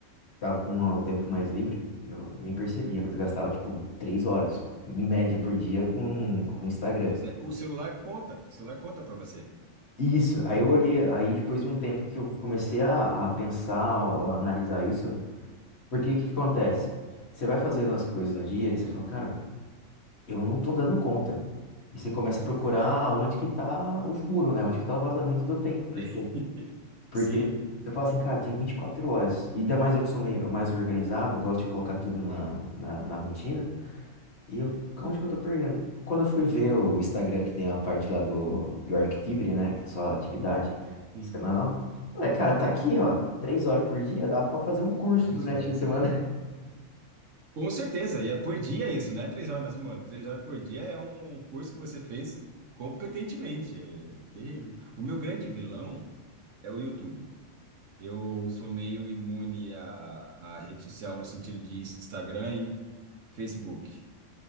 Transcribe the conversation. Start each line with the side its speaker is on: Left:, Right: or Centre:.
Left: tava com um tempo mais livre, eu nem percebia, mas eu gastava tipo três horas em média por dia com com o Instagram.
Right: Pois é, o celular conta, o celular conta para você.
Left: Isso, aí eu olhei, aí depois de um tempo que eu comecei a, a pensar, a analisar isso, porque o que que acontece? Você vai fazendo as coisas no dia e você fala, cara, eu não tô dando conta. E você começa a procurar onde que tá o furo, né? Onde que tá o vazamento do tempo,
Right: <laughs>
Left: porque, porque
Right: Sim,
Left: você fala assim, cara, tem 24 horas. E ainda mais eu que sou meio mais organizado, gosto de colocar tudo na, na, na rotina. E eu, onde que eu tô perdendo? Quando eu fui ver o Instagram, que tem a parte lá do Your Activity, né? Que é só atividade
Right: sim,
Left: semanal. Falei, cara, tá aqui, ó. Três horas por dia, dá pra fazer um curso
Right: três
Left: durante
Right: horas.
Left: a semana.
Right: Com certeza, e é por dia isso, não é três horas na semana. Três horas por dia é um curso que você fez competentemente, é terrível. O meu grande vilão é o YouTube. Eu sou meio imune à, à rede social no sentido de Instagram e Facebook.